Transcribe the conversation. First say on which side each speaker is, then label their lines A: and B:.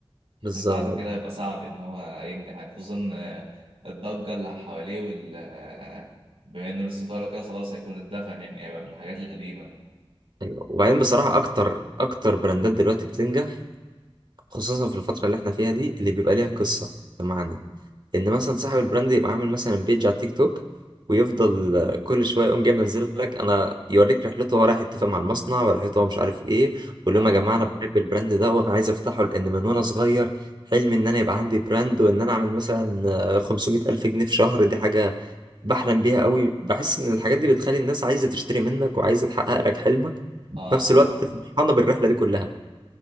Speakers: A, on the right; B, on the right.
A: بالظبط
B: بعد كده هيبقى صعب ان هو ينجح يعني خصوصا آه، الضجه اللي حواليه وال آه، بما انه لسه طالع كده خلاص هيكون اتدفن يعني هيبقى من الحاجات القديمه
A: أيوة وبعدين بصراحة أكتر أكتر براندات دلوقتي بتنجح خصوصا في الفترة اللي إحنا فيها دي اللي بيبقى ليها قصة بمعنى ان مثلا صاحب البراند يبقى عامل مثلا بيج على تيك توك ويفضل آه، كل شويه يقوم جاي منزل لك انا يوريك رحلته هو رايح يتفق مع المصنع ورحلته هو مش عارف ايه ويقول
B: اه
A: لهم يا جماعه انا بحب البراند ده وانا عايز افتحه لان من وانا صغير حلمي ان انا يبقى عندي براند وان انا اعمل مثلا آه، 500 الف جنيه في شهر دي حاجه بحلم بيها قوي بحس ان الحاجات دي بتخلي الناس عايزه تشتري منك وعايزه تحقق لك حلمك
B: اه اه
A: في نفس الوقت فرحانه بالرحله دي كلها